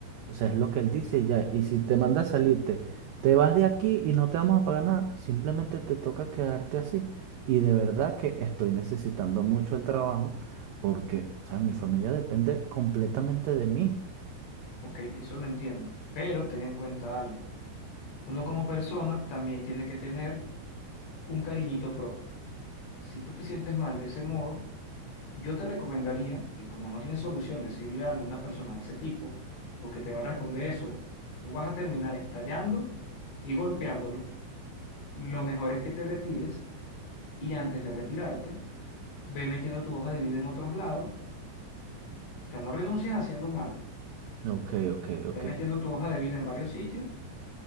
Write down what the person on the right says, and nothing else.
O sea, es lo que él dice y ya. Y si te manda a salirte, te vas de aquí y no te vamos a pagar nada, simplemente te toca quedarte así. Y de verdad que estoy necesitando mucho el trabajo porque, o sea, mi familia depende completamente de mí.
Ok, ok, ok.